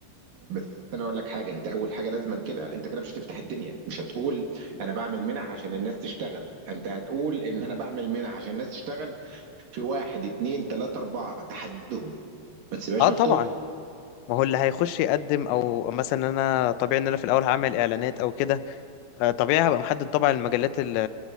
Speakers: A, on the right (about 50°); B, on the left (about 90°).
A: بس انا اقول لك حاجه انت اول حاجه لازما كده انت كده مش هتفتح الدنيا مش هتقول انا بعمل منح عشان الناس تشتغل انت هتقول ان انا بعمل منح عشان الناس تشتغل في واحد اتنين تلاته اربعه تحدهم ما تسيبهاش
B: اه طبعا
A: مفتوحه
B: ما هو اللي هيخش يقدم او أو مثلا انا طبيعي ان انا في الاول هعمل اعلانات او كده آه، طبيعي هبقى محدد طبعا المجالات اللي,